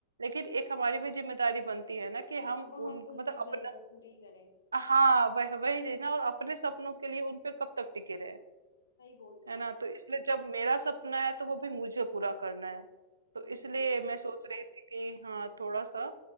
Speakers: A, on the right; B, on the left.
A: लेकिन एक हमारी भी जिम्मेदारी बनती है ना कि
B: कि
A: हम
B: अब हम
A: उन
B: उनकी
A: मतलब
B: जरूरत
A: अपना
B: पूरी करें
A: हाँ वह वही चीज ना और अपने सपनों के लिए उन पे कब तक टिके रहे
B: सही बोल रहे
A: है
B: हो
A: ना तो इसलिए जब मेरा सपना है तो वो भी मुझे पूरा करना है तो
B: बिल्कुल
A: इसलिए मैं सोच रही थी कि हाँ थोड़ा सा